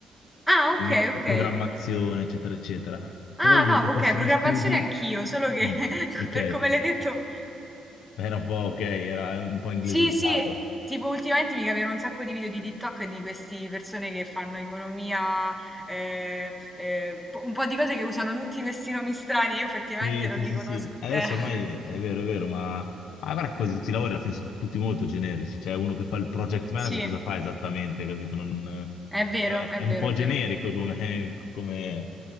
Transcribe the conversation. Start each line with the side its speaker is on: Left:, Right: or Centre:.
Centre: Ah,
Left: quindi
Centre: ok,
Left: ho
Centre: ok.
Left: programmazione, eccetera, eccetera.
Centre: Ah,
Left: Però il
Centre: no,
Left: mio percorso
Centre: ok, programmazione
Left: di studi,
Centre: anch'io, solo che
Left: Mm,
Centre: <laughs>
Left: ok,
Centre: per come l'hai detto...
Left: era un po' ok, era un po' inglesizzato.
Centre: Sì, sì, tipo ultimamente mi capivano un sacco di video di TikTok di queste persone che fanno economia, eh, eh, po- un po' di cose che usano tutti questi nomi strani, io effettivamente
Left: Sì,
Centre: non
Left: sì,
Centre: li
Left: sì,
Centre: conosco.
Left: sì. Adesso
Centre: Eh, <laughs>
Left: ormai è vero, è vero, ma, ma guarda che quasi tutti i lavori alla fine sono tutti molto generici. C'è uno che fa il project manager,
Centre: sì,
Left: cosa fa esattamente, capito? Non- eh,
Centre: è vero,
Left: è,
Centre: è
Left: è un
Centre: vero,
Left: po'
Centre: è vero.
Left: generico come, come,